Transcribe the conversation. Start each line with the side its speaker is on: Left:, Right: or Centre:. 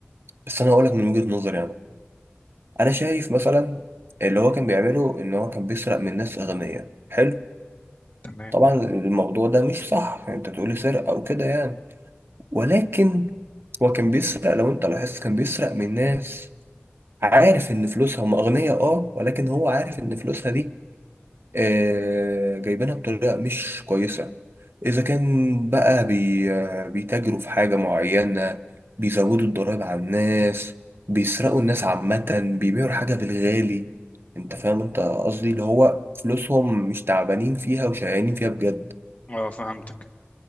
Right: بس انا اقولك من وجهة نظري انا انا شايف مثلا اللي هو كان بيعمله ان هو كان بيسرق من ناس اغنياء حلو
Left: تمام
Right: طبعا الموضوع ده مش صح يعني انت تقولي سرقة او كده يعني ولكن هو كان بيسرق لو انت لاحظت كان بيسرق من ناس عارف ان فلوسها هم اغنياء اه ولكن هو عارف ان فلوسها دي آه، جايبينها بطريقة مش كويسة إذا كان بقى بي آه، بيتاجروا في حاجة معينة بيزودوا الضرايب على الناس بيسرقوا الناس عامة بيبيعوا الحاجة بالغالي أنت فاهم أنت قصدي اللي هو فلوسهم مش تعبانين فيها وشقيانين فيها بجد
Left: اه فهمتك